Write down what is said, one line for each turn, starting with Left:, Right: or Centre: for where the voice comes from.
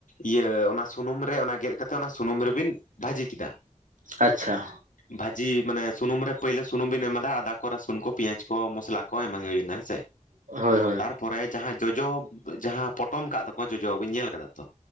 Left: ᱤᱭᱟᱹ ᱚᱱᱟ ᱥᱩᱱᱩᱢ ᱨᱮ ᱚᱱᱟ ᱜᱮᱫ ᱠᱟᱛᱮ, ᱚᱱᱟ ᱥᱩᱱᱩᱢ ᱨᱮᱵᱤᱱ ᱼᱼ ᱵᱷᱟᱹᱡᱤ ᱠᱮᱫᱟ।
Right: ᱟᱪᱪᱷᱟ।
Left: ᱵᱷᱟᱹᱤ, ᱢᱟᱱᱮ ᱥᱩᱱᱩᱢ ᱨᱮ ᱯᱟᱹᱭᱞᱟ ᱥᱩᱱᱩᱢ ᱵᱤᱱ ᱮᱢᱟᱫ ᱼᱼ ᱟᱫᱟ ᱠᱚ, ᱨᱟᱥᱩᱱ ᱠᱚ, ᱯᱮᱭᱟᱢ ᱠᱚ, ᱢᱚᱥᱞᱟ ᱠᱚ ᱮᱢᱟ ᱦᱩᱭ ᱱᱟ ᱦᱮᱸ ᱥᱮ।
Right: ᱦᱳᱭ ᱦᱳᱭ।
Left: ᱯᱚᱨᱮ ᱡᱟᱦᱟᱸ ᱡᱚᱡᱚ ᱡᱟᱦᱟᱸ ᱯᱚᱴᱚᱢ ᱠᱟᱜ ᱫᱚᱠᱚ, ᱡᱚᱡᱚ ᱵᱤᱱ ᱧᱮᱞ ᱟᱠᱟᱫᱟ ᱛᱚ?